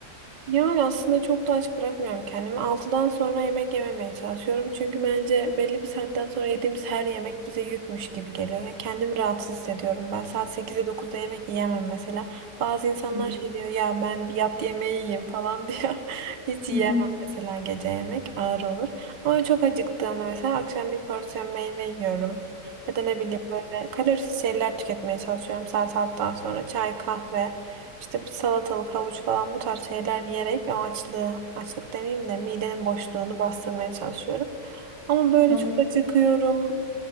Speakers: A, on the right; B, on the left.
A: Yani aslında çok da aç bırakmıyorum kendimi. Altıdan sonra yemek yememeye çalışıyorum. Çünkü bence belli bir saatten sonra yediğimiz her yemek bize yükmüş gibi geliyor. Ya kendimi rahatsız hissediyorum. Ben saat 8'e dokuzda yemek yiyemem mesela. Bazı insanlar
B: Hı
A: şey diyor ya ben bir yat yemeği yiyeyim falan <laughs> diyor. Hiç yiyemem
B: hı hı. hı.
A: mesela gece yemek ağır olur. Ama çok acıktığımda mesela akşam bir porsiyon meyve yiyorum. Ya da ne bileyim böyle kalorisiz şeyler tüketmeye çalışıyorum saat altıdan sonra çay kahve. İşte bir salatalık, havuç falan bu tarz şeyler yiyerek o açlığı, açlık demeyeyim de midenin boşluğunu bastırmaya çalışıyorum. Ama böyle
B: Anladım.
A: çok acıkıyorum,